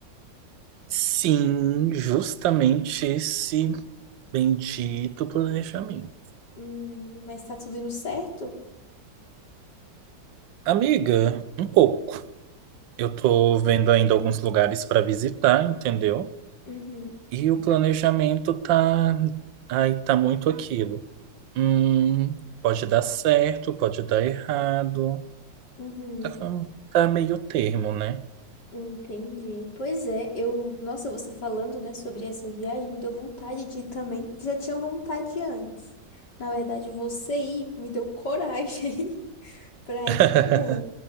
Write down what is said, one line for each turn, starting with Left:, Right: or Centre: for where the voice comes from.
Right: Sim, justamente esse bendito planejamento.
Left: Hum, mas tá tudo indo certo?
Right: Amiga, um pouco. Eu tô vendo ainda alguns lugares para visitar, entendeu?
Left: Uhum,
Right: E o planejamento tá. Ai, tá muito aquilo. Hum, pode dar certo, pode dar errado.
Left: Uhum,
Right: Tá, tá meio termo, né?
Left: entendi. Pois é, eu, nossa, você falando, né, sobre essa viagem, me deu vontade de ir também. Já tinha vontade antes. Na verdade, você ir me deu coragem. Pra
Right: <laughs>
Left: ir também.